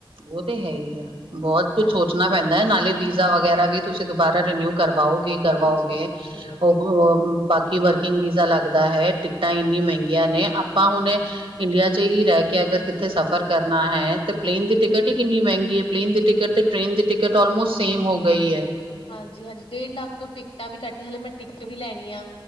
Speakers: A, on the right; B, on the left.
A: ਉਹ ਤੇ ਹੈ ਹੀ ਐ, ਬੋਤ ਕੁੱਛ
B: ਹਾਂ
A: ਸੋਚਣਾ ਪੈਂਦਾ। ਨਾਲੇ ਵੀਜ਼ਾ ਵਗੈਰਾ ਵੀ ਤੁਸੀਂ ਦੁਬਾਰਾ ਰੇਨਿਊ ਕਰਵਾਓਗੇ। ਕਰਵਾਓਗੇ,
B: ਹਾਂਜੀ, ਹਾਂਜੀ, ਹਾਂਜੀ,
A: ਔ
B: ਹਾਂਜੀ
A: ਬਾਕੀ ਕਿ ਵਰਕਿੰਗ ਵੀਜ਼ਾ ਲੱਗਦਾ ਹੈ। ਟਿਕਟਾਂ ਇੰਨੀ ਮੰਗਿਆਂ ਨੇ ਆਪਾਂ ਹੁਣ ਇੰਡੀਆ ਚ ਹੀ ਰੈ ਕੇ, ਅਗਰ ਕਿੱਥੇ ਸਫ਼ਰ ਕਰਨਾ ਹੈ ਤੇ ਪਲੇਨ ਦੀ ਟਿਕਟ ਹੀ ਕਿੰਨੀ ਮੈੰਗੀ ਏ। ਪਲੇਨ ਦੀ ਟਿਕਟ ਤੇ ਟ੍ਰੇਨ ਦੀ ਟਿਕਟ ਆਲਮੋਸਟ ਸੇਮ ਹੋ ਗਈ ਐ।
B: ਹਾਂਜੀ-ਹਾਂਜੀ, ਡੇਢ ਲੱਖ ਤੋਂ ਟਿਕਟਾਂ ਵੀ ਕੱਟ ਨੇ। ਹਾਲੇ ਮੈਂ ਟਿਕਟ ਵੀ ਲੈਣੀ ਆ।